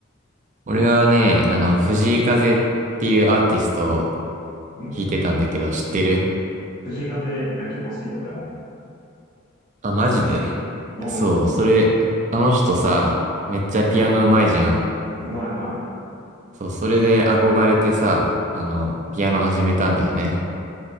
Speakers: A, on the right; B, on the left.
A: 俺はね、あの、藤井風っていうアーティストを
B: うん。
A: 弾いてたんだけど、知ってる
B: 藤井風、いや、結構好きだよ、俺も。
A: あ、マジで。
B: うん。
A: そう、それ、あの人さ、めっちゃピアノ上手いじゃん。
B: うん。うまいうまい。
A: そう、それで憧れてさ、あの、ピアノ始めたんだよね。